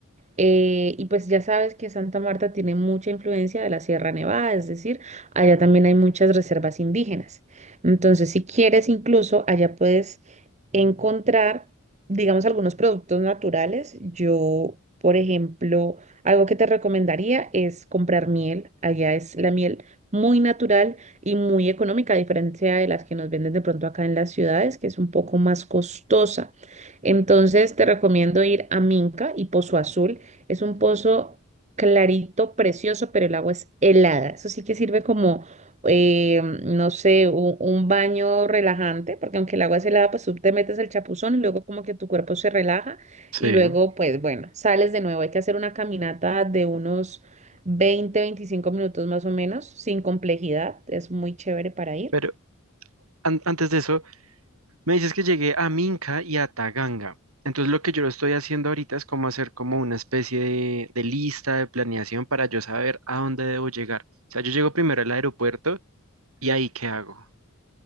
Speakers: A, on the right; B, on the right.
A: Eh, y pues ya sabes que Santa Marta tiene mucha influencia de la Sierra Nevada, es decir, allá también hay muchas reservas indígenas. Entonces, si quieres, incluso allá puedes encontrar, digamos, algunos productos naturales. Yo, por ejemplo, algo que te recomendaría es comprar miel. Allá es la miel muy natural y muy económica, a diferencia de las que nos venden de pronto acá en las ciudades, que es un poco más costosa. Entonces, te recomiendo ir a Minca y Pozo Azul es un pozo clarito, precioso, pero el agua es helada. Eso sí que sirve como, eh, no sé, un, un baño relajante, porque aunque el agua es helada, pues tú te metes el chapuzón y luego como que tu cuerpo se relaja
B: sí.
A: y luego, pues bueno, sales de nuevo. Hay que hacer una caminata de unos 20 25 minutos más o menos, sin complejidad. Es muy chévere para ir.
B: Pero an- antes de eso, Me dices que llegué a Minca y a Taganga. Entonces lo que yo lo estoy haciendo ahorita es como hacer como una especie de, de lista de planeación para yo saber a dónde debo llegar. O sea, yo llego primero al aeropuerto y ahí qué hago.